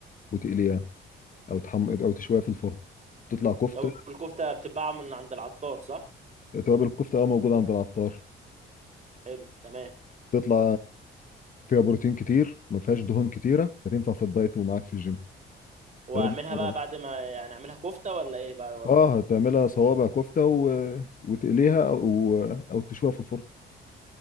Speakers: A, on the left; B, on the right.
A: وتقليها او تحم او تشويها في الفرن تطلع كفته
B: طب الكفتة بتتباع من عند العطار صح؟
A: توابل الكفته اه موجوده عند العطار
B: حلو تمام
A: تطلع فيها بروتين كتير ما فيهاش دهون كتيره فتنفع في الدايت ومعاك في الجيم
B: واعملها
A: لازم تجربها
B: بقى بعد ما يعني اعملها كفتة ولا ايه بقى ولا
A: اه هتعملها صوابع كفته و... وتقليها او او تشويها في الفرن